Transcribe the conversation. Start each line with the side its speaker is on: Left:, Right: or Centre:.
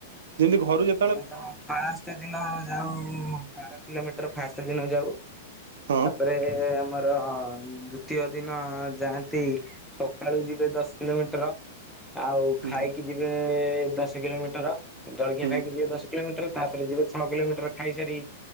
Right: ଯେମିତି ଘରୁ ଯେ
Centre: ଆଁ ତ ଫାର୍ଷ୍ଟ ଦିନ ଯାଉ ବାର କିଲୋମିଟର ଫାର୍ଷ୍ଟ ଦିନ ଯାଉ।
Right: ହଁ।
Centre: ରେ ଆମର ଅଁ ଦ୍ଵିତୀୟ ଦିନ ଯାଆନ୍ତି। ସକାଳୁ ଯିବେ ଦଶ କିଲୋମିଟର। ଆଉ
Right: ହୁଁ
Centre: ଖାଇକି ଯିବେ ଦଶ କିଲୋମିଟର ଉଁ ଜଳଖିଆ
Right: ହୁଁ
Centre: ଖାଇକି ଯିବେ ଦଶ କିଲୋମିଟର। ତାପରେ ଯିବେ ଛଅ କିଲୋମିଟର ଖାଇସାରି